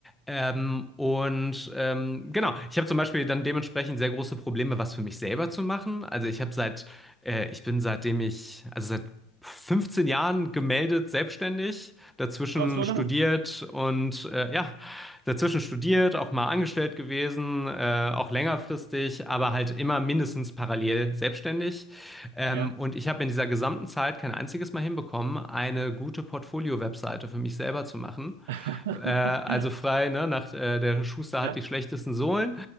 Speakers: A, in the centre; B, on the right.
A: Ähm, und ähm, genau, ich habe zum Beispiel dann dementsprechend sehr große Probleme, was für mich selber zu machen. Also ich habe seit, äh, ich bin seitdem ich, also seit 15 Jahren gemeldet selbstständig, dazwischen
B: Aber so
A: studiert
B: lange?
A: und äh, ja, dazwischen studiert, auch mal angestellt gewesen, äh, auch längerfristig, aber halt immer mindestens parallel selbstständig. Ähm,
B: Ja.
A: und ich habe in dieser gesamten Zeit kein einziges Mal hinbekommen, eine gute Portfolio-Webseite für mich selber zu machen.
B: <laughs>
A: Äh, also frei, ne, nach äh, der Schuster hat
B: Ja.
A: die schlechtesten Sohlen.